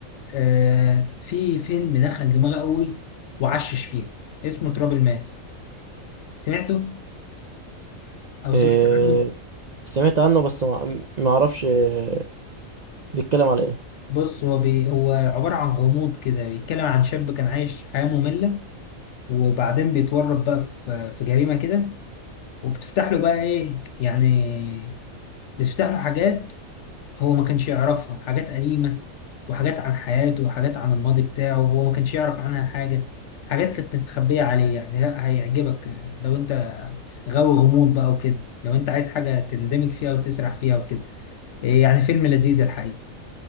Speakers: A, on the left; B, on the right.
A: آه في فيلم دخل دماغي قوي وعشش فيها اسمه تراب الماس سمعته او
B: إيه...
A: سمعت عنه
B: سمعت عنه بس ما ما اعرفش إيه، بيتكلم على ايه
A: بص هو بي هو عبارة عن غموض كده بيتكلم عن شاب كان عايش حياة مملة وبعدين بيتورط بقى في في جريمة كده وبتفتح له بقى ايه يعني بتفتح له حاجات هو ما كانش يعرفها حاجات قديمة وحاجات عن حياته وحاجات عن الماضي بتاعه وهو ما كانش يعرف عنها حاجة حاجات كانت مستخبية عليه يعني لا هيعجبك لو انت غاوي غموض بقى وكده لو انت عايز حاجة تندمج فيها وتسرح فيها وكده إيه يعني فيلم لذيذ الحقيقة